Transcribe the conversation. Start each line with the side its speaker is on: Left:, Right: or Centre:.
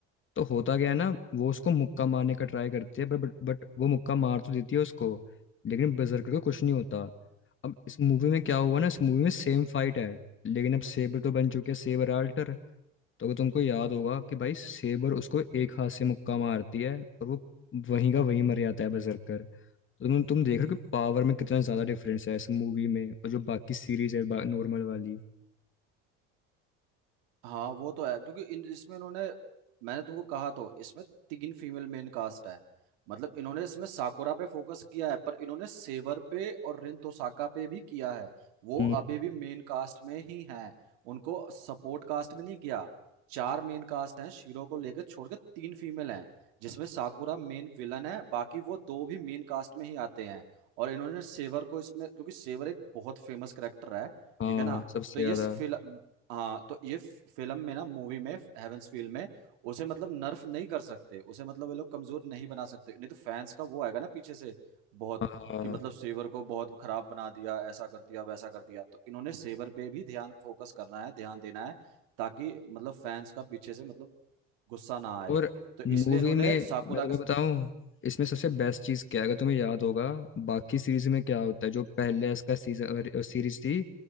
Left: तो होता क्या है ना वो उसको मुक्का मारने का ट्राई करती है बट बट वो मुक्का मार तो देती है उसको लेकिन बजरकर को कुछ नहीं होता अब इस मूवी में क्या हुआ ना इस मूवी में सेम फाइट है लेकिन अब सेबर तो बन चुके हैं सेबर आल्टर तो अगर तुमको याद होगा कि भाई सेबर उसको एक हाथ से मुक्का मारती है और वो वहीं का वहीं मर जाता है बजरकर तुम तुम देख रहे हो कि पावर में कितना ज्यादा डिफरेंस है इस मूवी में और जो बाकी सीरीज है नॉर्मल वाली
Right: हाँ वो तो है क्योंकि इन इसमें इन्होंने मैंने तुमको कहा तो इसमें तीन फीमेल मेन कास्ट है मतलब इन्होंने इसमें साकुरा पे फोकस किया है पर इन्होंने सेवर पे और रिन तोसाका पे भी किया है वो
Left: हम्म,
Right: अभी भी मेन कास्ट में ही हैं उनको सपोर्ट कास्ट में नहीं किया चार मेन कास्ट हैं शीरो को लेकर छोड़ के तीन फीमेल हैं जिसमें साकुरा मेन विलन है बाकी वो दो भी मेन कास्ट में ही आते हैं और इन्होंने सेवर को इसमें क्योंकि सेवर एक बहुत फेमस करेक्टर है
Left: हाँ
Right: ठीक है ना
Left: सबसे
Right: तो ये
Left: ज्यादा
Right: हाँ तो ये फिल्म में ना मूवी में हेवंसफील्ड में उसे मतलब नर्फ नहीं कर सकते उसे मतलब ये लोग कमजोर नहीं बना सकते नहीं तो फैंस का वो आएगा ना पीछे से बहुत
Left: हाँ
Right: कि मतलब सेवर को बहुत खराब बना दिया ऐसा कर दिया वैसा कर दिया तो इन्होंने सेवर पे भी ध्यान फोकस करना है ध्यान देना है ताकि मतलब फैंस का पीछे से मतलब गुस्सा ना आए
Left: और
Right: तो इसलिए
Left: मूवी
Right: इन्होंने
Left: में
Right: साकुरा
Left: मैं तुम्हें
Right: का
Left: बताऊं इसमें सबसे बेस्ट चीज क्या है अगर तुम्हें याद होगा बाकी सीरीज में क्या होता है जो पहले इसका सीजन सीरीज थी